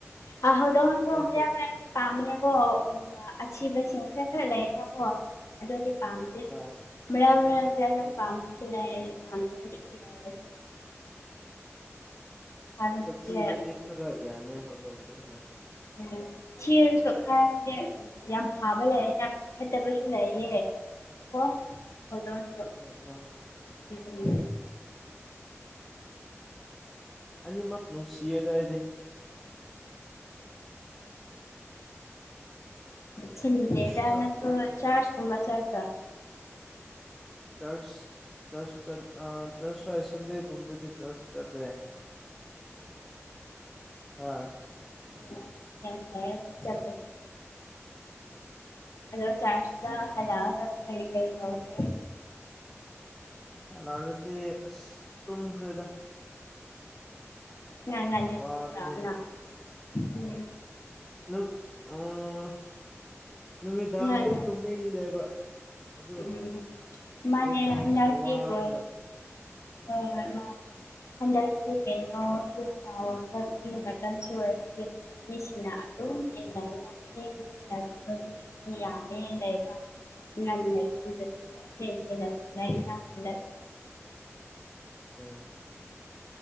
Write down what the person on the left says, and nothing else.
ꯑ ꯍꯧꯗꯣꯡꯁꯨ
ꯃꯔꯛ ꯃꯔꯛꯗꯤ ꯄꯥꯝꯃꯦꯕꯣ ꯎꯡ ꯑꯊꯤꯕꯁꯤꯡ ꯈꯔ ꯈꯔ ꯂꯩꯌꯦꯅꯒꯣ ꯑꯗꯨꯗꯤ ꯄꯥꯝꯗꯦ
ꯃꯔꯛ ꯃꯔꯛꯗꯤ ꯑꯗꯨꯝ
ꯄꯥꯝꯕꯁꯨ ꯂꯩ ꯄꯥꯝꯗꯕꯁꯨ ꯂꯩ ꯍꯥꯏꯕꯗꯤ
ꯎꯝ ꯊꯤꯔꯁꯨ ꯈꯔ ꯍꯥꯏꯗꯤ ꯎꯝ ꯌꯥꯝ ꯐꯥꯕ ꯂꯩꯌꯦꯅ ꯐꯠꯇꯕꯁꯨ ꯂꯩꯌꯦ ꯀꯣ ꯍꯧꯗꯣꯛꯁꯨ
ꯎꯝ
ꯆꯤꯟꯗꯦꯗ
ꯅꯡꯖꯨ
ꯆꯔꯆ ꯀꯨꯝꯕ ꯆꯠꯄꯔ꯭
ꯎꯝ ꯌꯥꯝ ꯐꯥꯌꯦ ꯆꯠꯄꯁꯨ ꯑꯗꯣ ꯆꯔꯆꯇ ꯍꯜꯂꯛꯑꯒ ꯀꯔꯤ ꯀꯔꯤ ꯇꯧꯒꯦ
ꯌꯥꯝ ꯉꯟꯅ
ꯇꯨꯝꯕꯔꯣ ꯅꯡ ꯎꯝ
ꯉꯟ
ꯎꯝ ꯃꯥꯅꯦ
ꯍꯟꯗꯛꯇꯤ
ꯂꯣꯏ
ꯍꯣꯏ ꯃꯥꯅꯦ ꯍꯟꯗꯛꯇꯤ ꯀꯩꯅꯣꯁꯨ <unintelligible> ꯆꯥꯎꯕꯒꯤ ꯃꯇꯝꯁꯨ ꯑꯣꯏꯕꯒꯤ ꯃꯤꯁꯤꯡꯅ ꯑꯗꯨꯝ ꯂꯩꯅꯔꯒ ꯊꯦꯡ ꯊꯦꯡꯅ ꯑꯗꯨꯕꯁꯨ ꯃꯤ ꯌꯥꯝꯃꯦ ꯂꯩꯕ ꯉꯟꯅ ꯇꯨꯝꯗꯕꯤꯗ ꯊꯦꯡ ꯊꯦꯡꯅ ꯇꯨꯝꯃꯦꯅ ꯍꯟꯗꯛ